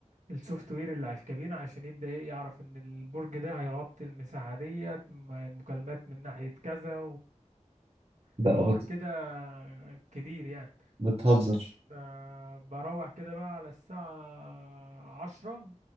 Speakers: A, on the right; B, on the right.
A: السوفت وير اللي على الكابينة عشان يبدأ ايه يعرف ان البرج ده هيغطي المساحة ديت م- المكالمات من ناحية كذا
B: ده
A: وحوار
B: بت...
A: كده كبير يعني
B: بتهزر
A: ب- بروح كده بقى على الساعة عشرة